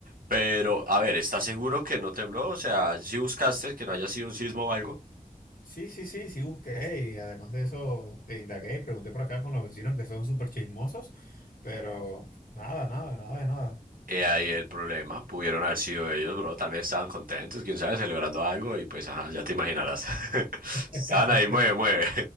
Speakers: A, on the right (about 80°); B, on the left (about 80°).
A: Pero, a ver, ¿estás seguro que no tembló? O sea, si buscaste que no haya sido un sismo o algo.
B: Sí, sí, sí, sí busqué y además de eso te indagué y pregunté por acá con los vecinos que son súper chismosos, pero nada, nada, nada de nada.
A: He ahí el problema. Pudieron haber sido ellos, bro. Tal vez estaban contentos, quién sabe, celebrando algo y pues, ajá, ya te imaginarás. <laughs>
B: <laughs>
A: Estaban ahí, mueve, mueve.